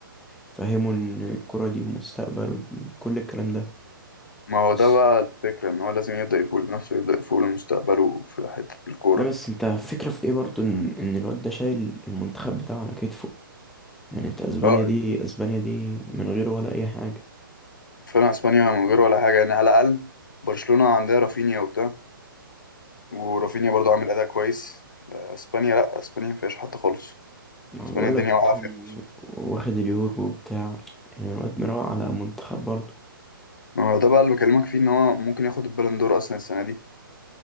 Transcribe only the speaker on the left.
ما هو
ده بقى الفكرة إن هو لازم يبدأ يفوق لنفسه يبدأ يفوق لمستقبله في حتة الكورة
اه
فعلا اسبانيا من غير ولا حاجه يعني على الاقل برشلونه عندها رافينيا وبتاع ورافينيا برضو عامل اداء كويس آه، اسبانيا لا اسبانيا ما فيهاش حد خالص
اسبانيا
الدنيا واقعه
فيها خالص
هو ده بقى اللي بكلمك فيه ان هو ممكن ياخد البالون دور اصلا السنه دي